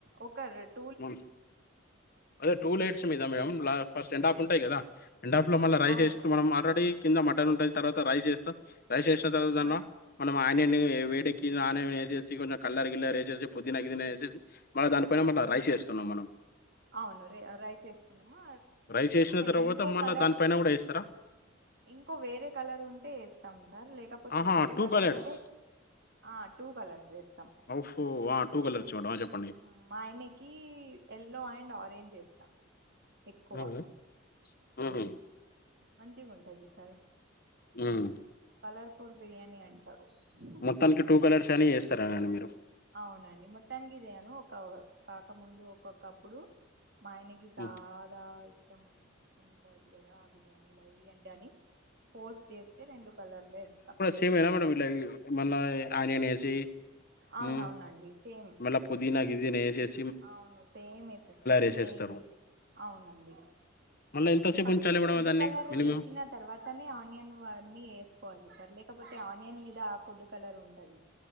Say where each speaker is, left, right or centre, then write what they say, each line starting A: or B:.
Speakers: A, on the right; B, on the left.
A: ఒక రెడ్
B: మన్ అదే టూ లైట్స్ మీద మేడం లా ఫస్ట్ ఎండ్ హాఫ్ ఉంటాయి కదా ఎండ్ ఆఫ్ లో మళ్ళీ రైస్
A: అవును
B: వేస్త మనం ఆల్రెడీ కింద మటన్ ఉంటది తర్వాత రైస్ వేస్తం రైస్ వేసిన తర్వాత అన్న
A: ఆ
B: మనం ఆయని వేడెకి ఆన వేసేసి కొంచం కలర్ గిలర్ వేసేసి పుదీన గిదీన వేసేసి మళ దాని పైన మళ్ల
A: ఆ
B: రైస్ వేస్తున్నాం మనం
A: అవును రే రైస్ వేసుకున్నాము
B: రైస్ వేసిన తర్వాత
A: ఇంకో
B: మళ్ళ
A: కలర్
B: దాని పైన కూడా వేస్తారా
A: ఇంకో వేరే కలర్ ఉంటే యేస్తాం సార్ లేకపోతే
B: ఆహా
A: ఒకటే
B: టూ
A: కలర్
B: కలర్స్
A: అంటె ఆ టూ కలర్స్ వేస్తాం
B: ఓఫో వాట్ టూ కలర్స్ ఇవ్వ ఆ చెప్పండి
A: ఆ మాయనకి ఎల్లో అండ్ ఆరెంజ్ ఏస్తా ఎక్కువ
B: మ్మ్. మ్మ్.
A: ఊ మంచిగుంటది సర్
B: ఉమ్
A: కలర్ఫుల్ బిర్యానీ అంటారు హ్
B: మొత్తానికి టూ కలర్స్ అని ఏస్తారానండి మీరు
A: అవునండి మొత్తానికి జేయను ఒక కాకముందు ఒక్కొక్కప్పుడు మాయని ఇ జాదా
B: మ్మ్.
A: ఇష్టం ఉన్ ఉండద్ గదా ఆ బిర్యానీల అయ్ ఇయ్యాండని ఫోర్స్ చేస్తే రెండు కలర్ల్ ఏస్తాం
B: టే మేడం ఇట్ల ఇట్ల ఇయ్ మళ్ళ ఆనియన్ ఏసి
A: అవునవునండి
B: ఉం
A: సేమ్
B: మళ్ళప్ పుదీనా గిదీన ఏసెస్
A: అవును సేమ్ ఏసేస్తాం
B: వేసేస్తారు
A: నెయ్యి అవునండి
B: మళ్ళీ ఎంతసేపు
A: ఫస్ట్
B: ఉంచాలి మేడం
A: ఫుడ్డు
B: దాన్ని
A: కలర్
B: మినిమం
A: వేసిన తర్వాతనే ఆనియన్ వాన్ని ఏసుకోవాలి సార్ లేకపోతే ఆనియన్ మీద ఆ ఫుడ్ కలర్ ఉంటది